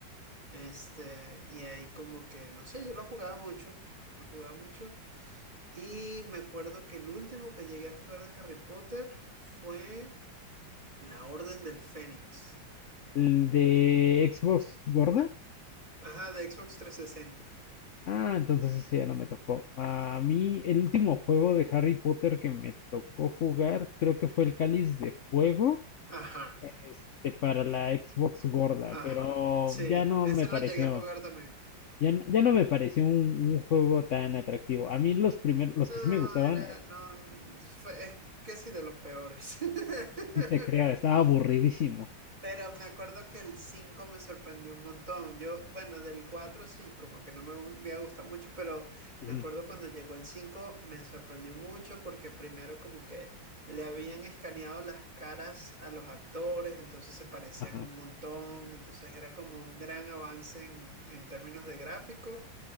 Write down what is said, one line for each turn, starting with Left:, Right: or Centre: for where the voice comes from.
Right: Este, y ahí como que, no sé, yo lo jugaba mucho, lo jugaba mucho y me acuerdo que el último que llegué a jugar de Harry Potter fue La Orden del Fénix.
Left: El de Xbox Gorda.
Right: Ajá, de Xbox trescientos sesenta.
Left: Ah, entonces ese ya no me tocó. A mí el último juego de Harry Potter que me tocó jugar creo que fue el Cáliz de Fuego
Right: Ajá,
Left: este, para la Xbox gorda,
Right: ajá.
Left: pero
Right: Sí,
Left: ya no
Right: ese
Left: me pareció.
Right: lo llegué a jugar también.
Left: Ya, no- ya no me pareció un, un juego tan atractivo. A mí los primeros, los
Right: No,
Left: que sí me gustaban,
Right: era,
Left: eh,
Right: no, fue- es que sí de los peores.
Left: sí
Right: <laughs>
Left: te creo, estaba aburridísimo.
Right: Pero me acuerdo que el 5 me sorprendió un montón. Yo, bueno, del 4 sí, como que no me había gustado mucho, pero
Left: Ujú,
Right: me acuerdo cuando llegó el 5 me sorprendió mucho porque primero como que le habían escaneado las caras a los actores, entonces se parecían
Left: Ajá,
Right: un montón, entonces era como un gran avance en, en términos de gráfico.